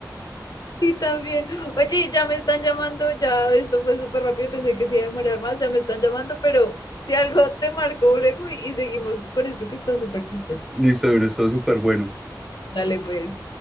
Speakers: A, on the left; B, in the centre.
A: Sí, también. Oye, ya me están llamando, ya esto fue súper rápido, pensé que se iba a demorar más, ya me están llamando, pero si algo te marcó luego y, y seguimos con esto que está súper chistoso.
B: Listo, Duro, esto es súper bueno.
A: Dale, pues.